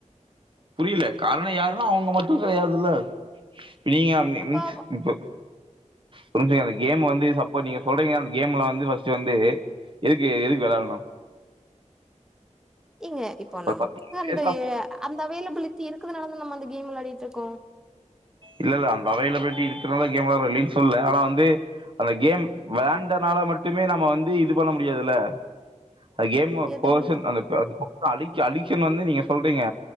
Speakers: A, on the right; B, in the centre.
A: புரியல காரணோ யாருன்னா அவங்க மட்டு கெடையாதுல்ல நீங்க ம்
B: அப்போ
A: ம் இப்போ புரிஞ்சிங்க அந்த கேம் வந்து சப்போ நீங்க சொல்றீங்க அந்த கேம்ல வந்து ஃபஸ்ட்டு வந்து எதுக்கு எதுக்கு வெளாட்னு
B: ஏங்க இப்போ
A: ஒரு
B: நமக்கு
A: பத்து
B: அந்த
A: பேசா
B: அந்த அவைலபிலிட்டி இருக்குதுனால தா நம்ப அந்த கேம் வெளாடிட்டு இருக்கோ
A: இல்ல இல்ல அந்த அவேப்லிட்டி இருக்கறனால கேம் வெளாட்றோ இல்லைன் சொல்ல ஆனா வந்து அந்த கேம் விளாண்டனால மட்டுமே நம்ம வந்து இது பண்ண முடியாதுல்ல அந்த கேம்
B: எது
A: பர்சன்
B: பண்ண
A: அந்த அடிக்ஷன் அடிக்சன் வந்து நீங்க சொல்றீங்க